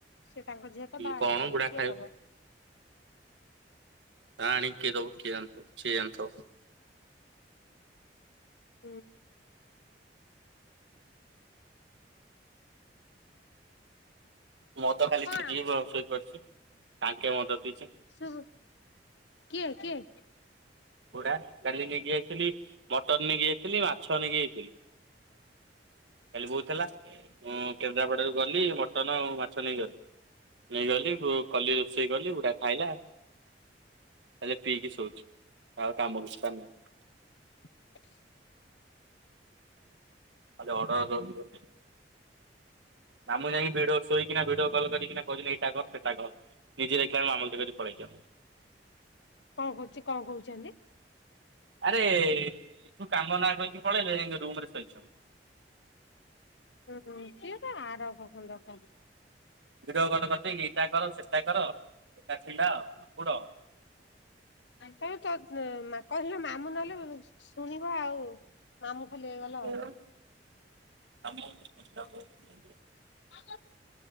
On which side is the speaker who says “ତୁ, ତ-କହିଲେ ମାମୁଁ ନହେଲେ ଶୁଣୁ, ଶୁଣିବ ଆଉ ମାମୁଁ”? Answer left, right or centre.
Left